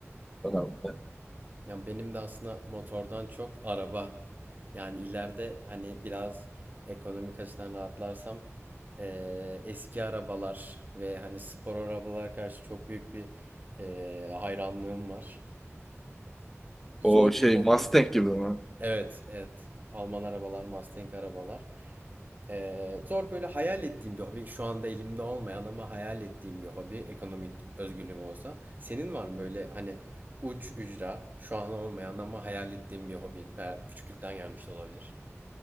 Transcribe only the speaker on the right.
Ya benim de aslında motordan çok araba. Yani ileride hani biraz ekonomik açıdan rahatlarsam eee, eski arabalar ve hani spor arabalara karşı çok büyük bir eee, hayranlığım var. Zor
bir hobi.
Evet, evet. Alman arabalar, Mustang arabalar. Ee, zor böyle hayal ettiğim bir hobi. Şu anda elimde olmayan ama hayal ettiğim bir hobi. Ekonomik özgürlüğüm olsa. Senin var mı böyle hani uç ücra şu an olmayan ama hayal ettiğim bir hobin veya küçüklükten gelmiş de olabilir.